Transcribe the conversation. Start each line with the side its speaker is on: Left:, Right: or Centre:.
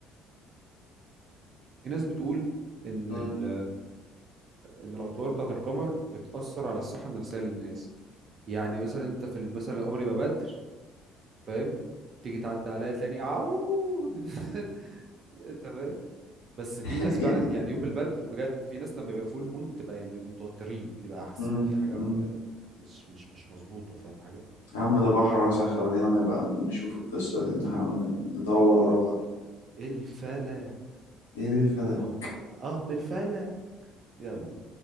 Right: في ناس بتقول ان
Left: امم
Right: ال... ان الاطوار بتاعت القمر بتأثر على الصحه النفسيه للناس يعني مثلا انت في ال- مثلا القمر يبقى بدر فاهم تيجي تعدي عليا تلاقيني عود <laughs> انت فاهم بس في
Left: <laughs>
Right: ناس فعلا يعني يوم البدر بجد في ناس لما بيبقى فول مون بتبقى يعني بيبقوا متوترين بيبقى حاسين
Left: امم
Right: ان في حاجه
Left: أمم.
Right: م... مش مش مش مظبوطه فاهم حاجه
Left: يا عم ده بحر واسع خلينا نبقى نشوف القصة دي نحاول ندور ورا بعض
Right: الفلا
Left: ايه الفلك
Right: اهم اهم الفلا يلا